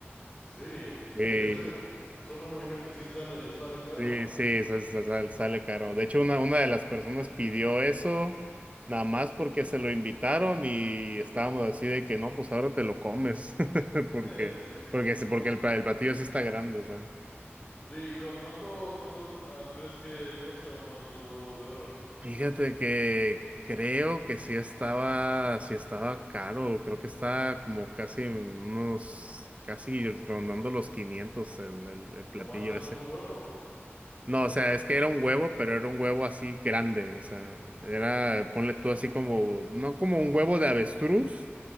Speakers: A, on the left; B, on the right.
A: sí,
B: Eh,
A: y ese me, eso me imagino que sí sale, sale caro.
B: Sí, sí, eso es- sal- sale caro. De hecho, una, una de las personas pidió eso nada más porque se lo invitaron y estábamos así de que no, pues ahora te lo comes. <laughs>
A: <laughs>
B: Porque,
A: Sí, sí.
B: porque, sí- porque
A: Bueno,
B: el, pla- el platillo sí está grande, o sea.
A: sí, ¿cu- ¿cuánto, cuánto ah, crees que cuesta uno de esos huevos de oro?
B: Fíjate que creo que sí estaba, sí estaba caro. Creo que está como casi unos, casi rondando los 500 el, el, el platillo
A: Nomás el puro huevo.
B: No, o sea, es que era un huevo, pero era un huevo así grande, o sea, era, ponle tú así como, no como un huevo de avestruz,